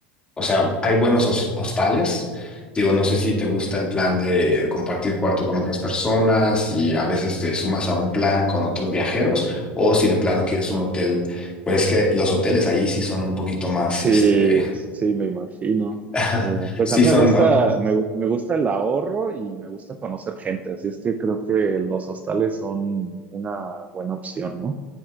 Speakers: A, on the left; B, on the right.
A: O sea, hay buenos hos- hostales. Digo, no sé si te gusta el plan de compartir cuarto con otras personas y a veces te sumas a un plan con otros viajeros o si de plano quieres
B: o,
A: un hotel, pues es que los hoteles ahí sí son un poquito más,
B: Sí,
A: este,
B: sí, me imagino.
A: <laughs>
B: Oh, Pues
A: sí
B: a mí
A: son,
B: me gusta,
A: ¿no?
B: me, me gusta el ahorro y me gusta conocer gente, así es que creo que los hostales son una buena opción, ¿no?